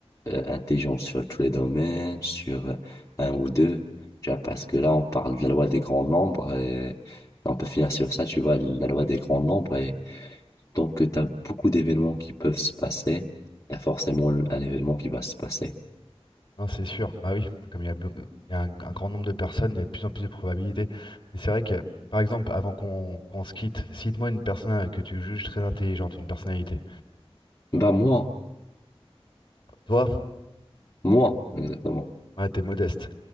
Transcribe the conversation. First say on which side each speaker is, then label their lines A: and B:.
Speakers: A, on the left (about 35°); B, on the left (about 55°).
A: euh, intelligentes sur tous les domaines, sur euh, un ou deux, tu vois, parce que là, on parle de la loi des grands nombres, et on peut finir sur ça, tu vois, la loi des grands nombres, et donc, euh, tu as beaucoup d'événements qui peuvent se passer, t'as forcément un événement qui va se passer.
B: Non, c'est sûr. Bah oui, comme il y a, beaucoup- il y a un, un grand nombre de personnes, il y a de plus en plus de probabilités. Mais c'est vrai que, par exemple, avant qu'on qu'on se quitte, cite-moi une personne euh, que tu juges très intelligente, une personnalité.
A: Bah, moi,
B: Toi,
A: moi, exactement.
B: ouais, t'es modeste.